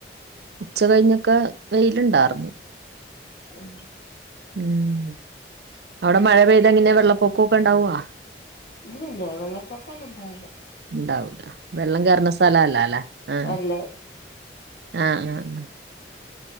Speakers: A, on the right; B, on the left.
A: ഉച്ച കഴിഞ്ഞൊക്കെ വെയിലുണ്ടാർന്ന്
B: ഉം
A: ഉം അവിടെ മഴ പെയ്താ എങ്ങനെയാ വെള്ളപ്പൊക്കൊക്കെ ഉണ്ടാകുവോ
B: ഉം വെള്ളപ്പൊക്കൊന്നും ഉണ്ടാവില്ല
A: ഉണ്ടാവൂല വെള്ളം കേറണ സ്ഥലം അല്ലാല്ലെ ആ
B: അല്ല
A: ആഹ് ആഹ്